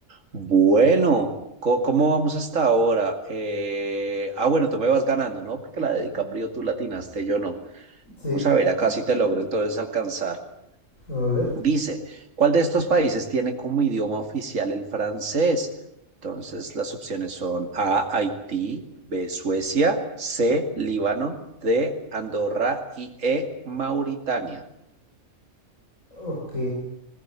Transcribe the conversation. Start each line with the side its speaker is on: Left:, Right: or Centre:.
Right: Bueno, co- ¿cómo vamos hasta ahora? Eh, ah, bueno, tú me vas ganando, ¿no? Porque la de DiCaprio tú latinaste, yo no.
Left: Sí,
Right: Vamos a ver acá si te logro entonces alcanzar.
Left: a ver.
Right: Dice, ¿cuál de estos países tiene como idioma oficial el francés? Entonces, las opciones son A, Haití, B, Suecia, C, Líbano, D, Andorra y E, Mauritania.
Left: Ok.